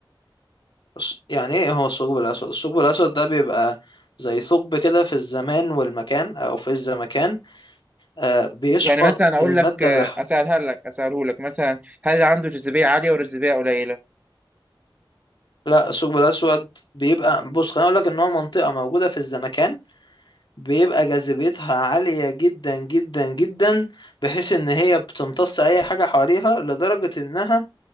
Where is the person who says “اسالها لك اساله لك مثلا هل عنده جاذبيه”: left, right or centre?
Right